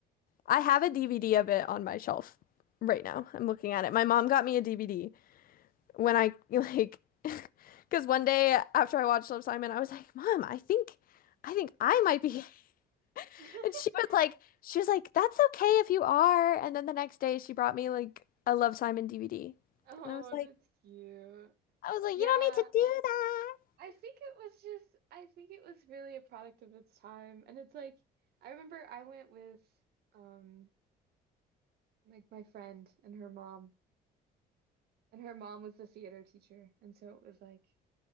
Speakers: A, on the left; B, on the right.
A: I have a DVD of it on my shelf right now. I'm looking at it. My mom got me a DVD when I like <laughs> because one day after I watched Love Simon, I was like, "Mom, I think I think I might be <laughs>
B: <laughs>
A: And she was like, she was like, that's okay if you are. And then the next day she brought me like a Love Simon DVD.
B: Oh,
A: And I was like,
B: that's cute.
A: I was like,
B: Yeah,
A: you don't need to do that.
B: I think it was just I think it was really a product of its time. And it's like I remember I went with um like my friend and her mom. And her mom was the theater teacher. And so it was like